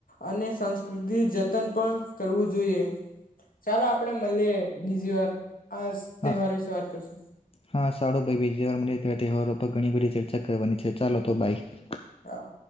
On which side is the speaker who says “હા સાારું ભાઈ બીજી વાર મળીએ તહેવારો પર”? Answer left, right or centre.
Left